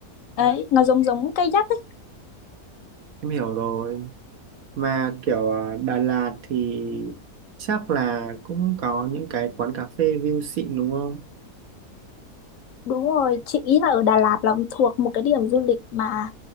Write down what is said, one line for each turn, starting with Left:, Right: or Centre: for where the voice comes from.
Left: ấy nó giống giống kayak ấy
Right: em hiểu rồi. Mà kiểu à, Đà Lạt thì chắc là cũng có những cái quán cà phê view xịn đúng không?
Left: đúng rồi chị nghĩ là ở Đà Lạt là thuộc một cái điểm du lịch mà